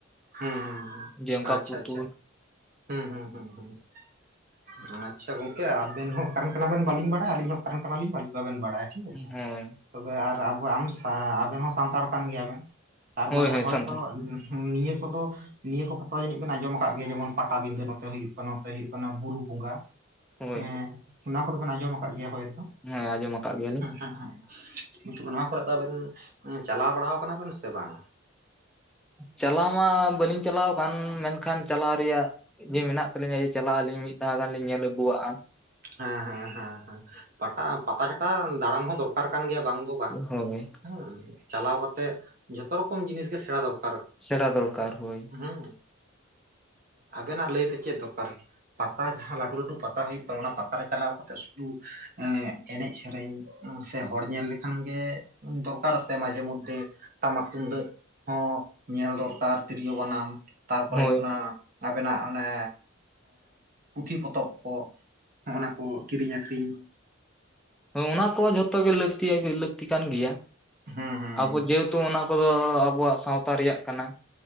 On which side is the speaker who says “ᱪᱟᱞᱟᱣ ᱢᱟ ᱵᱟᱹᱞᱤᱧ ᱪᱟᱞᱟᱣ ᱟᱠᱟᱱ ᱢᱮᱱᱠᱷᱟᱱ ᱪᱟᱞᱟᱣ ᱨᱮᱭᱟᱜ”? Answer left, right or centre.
Centre